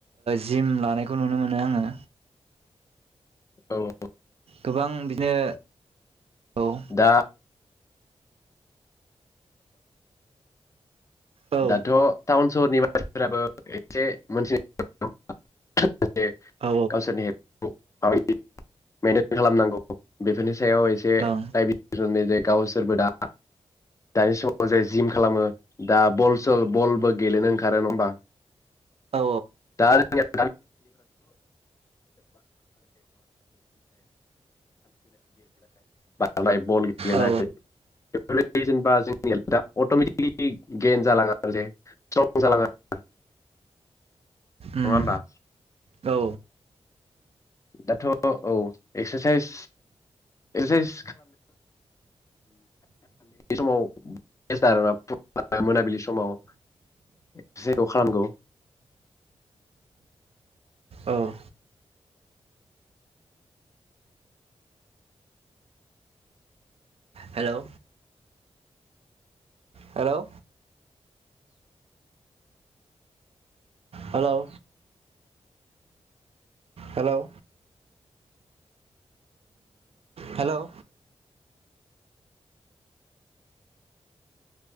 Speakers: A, on the right; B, on the left.
A: जिम लानायखौ नुनो मोनो आङो।
B: औ
A: गोबां बिदिनो औ
B: दा
A: औ
B: दाथ टाउन सरहनि बा मानसिफोराबो एसे मोनथि <unintelligible> <unintelligible>
A: औ
B: गावसोरनि <unintelligible> खालामनांगौ बेफोरनि सायाव एसे
A: औ ओं
B: दाइ <unintelligible> जायो गावसोरबो दा दानि समाव जाय जिम खालामो दा बल बलबो गेलेनांगो खारो होमबा
A: औ
B: दा <unintelligible> <unintelligible> बल गेलनाय
A: औ
B: बेफोरबादि जेनेबा जोंनिआ दा अटमेटिकेलि गेेन जालाङा जे स्ट्रं जालाङा नङा
A: उम
B: होनबा
A: औ
B: दाथ' औ एक्सारसाइस एक्सासाइस समाव <unintelligible> मोनाबिलि समाव मोनसे जायगायाव खानांगौ
A: ओं hello hello hello hello hello